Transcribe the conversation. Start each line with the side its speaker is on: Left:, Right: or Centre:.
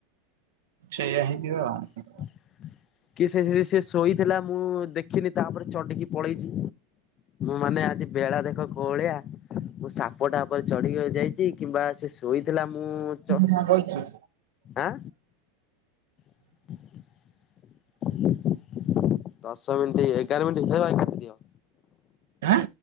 Right: ସେଇୟା ହେଇ ଥିବା ଆଉ।
Left: <unintelligible> କି ସେ ସେ ଶୋଇଥିଲା ମୁଁ ଦେଖିନି ତା ଉପରେ ଚଢିକି ପଳେଇଛି। ମାନେ ଆଜି ବେଳା ଦେଖ କୋହଳିଆ। ମୁଁ ସାପଟା ଉପରେ ଚଢିକି ଯାଇଛି କିମ୍ବା ସେ ଶୋଇଥିଲା ମୁଁ ଚ
Right: ହଁ ରହିଛିି।
Left: ଆଁ <unintelligible> ଦଶ ମିନଟି ଏଗାର ମିନଟି କାଟି ଦିଅ।
Right: ଆଁ